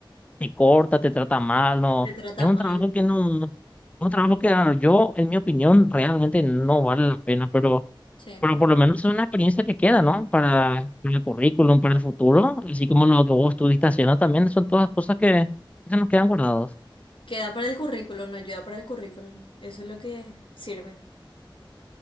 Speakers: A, on the left; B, on the left.
A: te corta, te trata mal, no,
B: Te trata
A: es
B: mal.
A: un trabajo que no, no, un trabajo que ah, yo, en mi opinión, realmente no vale la pena, pero...
B: Sí.
A: Pero por lo menos es una experiencia que queda, ¿no? Para, para el currículum, para el futuro, así como lo que vos estuviste haciendo también, son todas cosas que, que se nos quedan guardados.
B: Queda para el currículum, no ayuda para el currículum. Eso es lo que sirve.